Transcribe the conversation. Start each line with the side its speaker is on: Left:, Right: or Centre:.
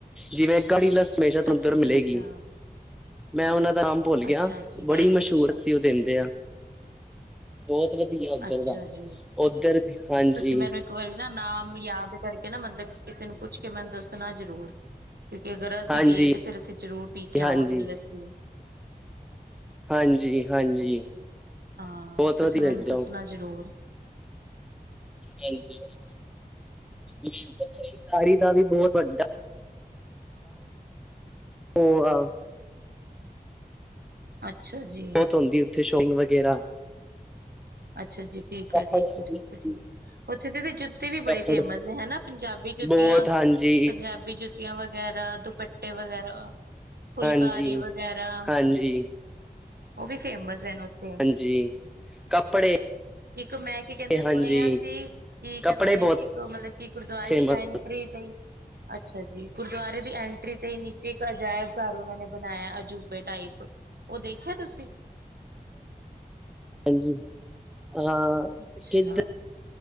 Centre: ਜਿਵੇਂ ਗਾੜੀ ਲਸ ਹਮੇਸ਼ਾ ਤਾਨੂੰ
Right: ਅੱਛਾ
Centre: ਦਰ ਮਿਲੇਗੀ।
Right: ਜੀ ਅੱਛਾ
Centre: ਮੈਂ ਓਨਾਂ ਦਾ ਨਾਮ ਭੁੱਲ ਗਿਆ
Right: ਅੱਛਾ ਜੀ
Centre: ਬੜੀ
Right: ਅੱਛਾ
Centre: ਮਸ਼ਊਰ ਸੀ। ਦੇਂਦੇ ਆ। ਬੋਤ ਵਧੀਆ ਓਧਰ
Right: ਅੱਛਾ
Centre: ਦਾ
Right: ਜੀ
Centre: ਓਧਰ ਹਾਂਜੀ।
Right: ਤੁਸੀਂ ਮੈਨੂੰ ਇੱਕ ਵਾਰੀ ਨਾ ਨਾਮ ਯਾਦ ਕਰਕੇ ਨਾ ਮਤਲਬ ਕਿ ਕਿਸੇ ਨੂੰ ਪੁੱਛ ਕੇ ਮੈਨ ਦੱਸਣਾ ਜਰੂਰ। ਕਿਉਂਕਿ ਅਗਰ ਅਸੀ
Centre: ਹਾਂਜੀ,
Right: ਗਏ ਤੇ ਫੇਰ ਅਸੀ ਜ਼ਰੂਰ ਪੀ ਕੇ
Centre: ਹਾਂਜੀ,
Right: ਆਵਾਂਗੇ ਲੱਸੀ।
Centre: ਹਾਂਜੀ ਹਾਂਜੀ।
Right: ਹਾਂ।
Centre: ਬਹੁਤ
Right: ਤੁਸੀ
Centre: ਵਧੀਆ
Right: ਮੈਨੂੰ
Centre: ਦਿੰਦੇ
Right: ਦੱਸਨਾ
Centre: ਆ ਉਹ
Right: ਜਰੂਰ।
Centre: ਹਾਂਜੀ ਹਾਂਜੀ। ਮੈਂ ਤੇ ਖਰੀਦਦਾਰੀ ਦਾ ਵੀ ਬੋਤ ਵੱਡਾ ਔ ਆਂ।
Right: ਅੱਛਾ। ਜੀ
Centre: ਬੋਤ ਹੁੰਦੀ ਉੱਥੇ ਸ਼ੋਇਗ ਵਗੈਰਾ
Right: <inaudible> ਅੱਛਾ ਜੀ ਠੀਕ
Centre: ਕੱਪੜੇ
Right: ਐ, ਠੀਕ
Centre: ਲਈਏ
Right: ਐ, ਠੀਕ
Centre: ਤੁਸੀਂ
Right: ਐ, ਠੀਕ ਐ। ਓਥੇ ਦੀ ਤੇ ਜੁੱਤੀ ਵੀ ਬੜੀ
Centre: ਕੱਪੜ
Right: ਫੇਮਸ ਐ ਹੈਨਾ। ਪੰਜਾਬੀ ਜੁੱਤੀਆਂ,
Centre: ਬਹੁਤ ਹਾਂਜੀ
Right: ਪੰਜਾਬੀ ਜੁੱਤੀਆਂ ਵਗੈਰਾ, ਦੁਪੱਟੇ ਵਗੈਰਾ ਫੁਲਕਾਰੀ
Centre: ਹਾਂਜੀ
Right: ਵਗੈਰਾ,
Centre: ਹਾਂਜੀ
Right: ਓ ਵੀ ਫੇਮਸ ਐਨ ਓਥੇ।
Centre: ਜੀ, ਕੱਪੜੇ
Right: ਇੱਕ ਮੈਂ ਕਿ ਕੇਂਦੇ ਸੁਣੇਆ
Centre: ਹਾਂਜੀ
Right: ਸੀ ਕੀ ਕੈਂਦੇ
Centre: ਕੱਪੜੇ
Right: ਨੇ,
Centre: ਬਹੁਤ
Right: ਇੱਕ ਮਲਬ ਕਿ ਗੁਰਦੁਆਰੇ
Centre: ਫੇਮਸ
Right: ਦੀ ਐਂਟਰੀ ਤੇਇ ਅੱਛਾ ਜੀ, ਗੁਰਦੁਆਰੇ ਦੀ ਐਂਟਰੀ ਤੇਇ ਨੀਚੇ ਇੱਕ ਅਜਾਇਬ ਘਰ ਓਨਾਂ ਨੇ ਬਨਾਏਆ ਅਜੂਬੇ ਟਾਈਪ। ਓ ਦੇਖੇਆ ਤੁਸੀ‌?
Centre: ਹਾਂਜੀ, ਹਾਂ
Right: ਅੱਛਾ
Centre: ਕਿੱਧ